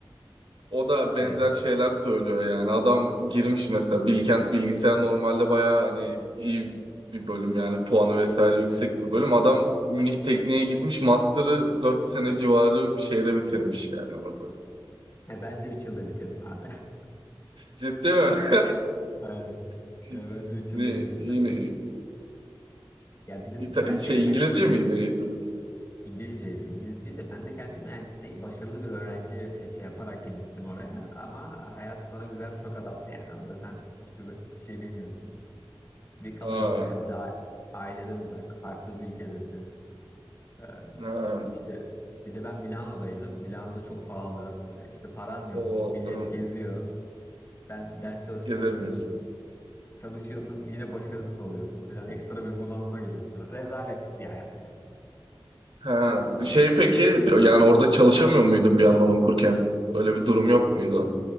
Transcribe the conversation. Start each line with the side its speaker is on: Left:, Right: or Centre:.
Right: O da benzer
Left: Evet.
Right: şeyler söylüyor yani. Adam girmiş mesela Bilkent Bilgisayar normalde bayağı hani iyi bir bölüm yani puanı vesaire yüksek bir bölüm. Adam Münih Teknik'e gitmiş master'ı 4 sene civarı bir şeyde bitirmiş yani orada.
Left: E, ben de 3 yılda bitirdim abi. <laughs>
Right: Ciddi mi?
Left: Aynen.
Right: <laughs>
Left: Ya ben de 3 yılda
Right: Ne,
Left: bitirdim.
Right: yine.
Left: Ya bir de
Right: İta-
Left: ben
Right: şey
Left: de kendim
Right: İngilizce miydi eğitim?
Left: İngilizceydi. İngilizceyi de ben de kendim yani başarılı bir öğrenci e, şey yaparak gittim oraya. Ama hayat bana güzel bir tokat attı yani. Orada sen hiçbir hiçbir şey bilmiyorsun. Bir kalıyorsun
Right: Aa,
Left: yani. Bir daha aileden uzak, farklı bir ülkedesin. Ee,
Right: ha,
Left: işte bir de ben Milano'daydım. Milano'da çok pahalı. Ee, işte paran
Right: o
Left: yok. Millet
Right: evet.
Left: geziyor. Sen ders çalışmak
Right: Gezemiyoruz.
Left: zorundasın. Çalışıyorsun yine başarısız oluyorsun falan. Ekstra bir bunalıma giriyorsun falan. Rezalet bir hayat yani.
Right: Ha,
Left: Tamam.
Right: şey peki yani orada çalışamıyor muydun bir yandan okurken? Öyle bir durum yok muydu?